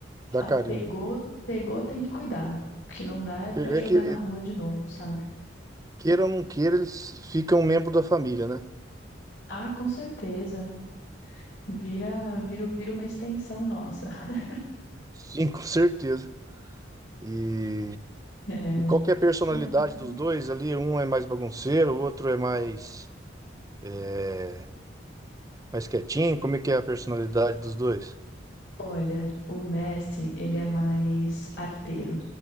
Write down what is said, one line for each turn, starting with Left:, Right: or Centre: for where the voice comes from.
Right: dá
Left: A-
Right: carinho.
Left: pegou, pegou, tem que cuidar. O que não dá é pra
Right: É
Left: jogar
Right: que,
Left: na rua de novo, sabe?
Right: queira ou não queira, eles ficam membro da família, né?
Left: Ah, com certeza. Vira, vira, vira uma extensão nossa. <laughs>
Right: Sim, com certeza. E,
Left: É,
Right: e qual que é a personalidade
Left: Não.
Right: dos dois ali? Um é mais bagunceiro, o outro é mais. eh, Mais quietinho? Como é que é a personalidade dos dois? <laughs>
Left: Olha, o Messi, ele é mais arteiro.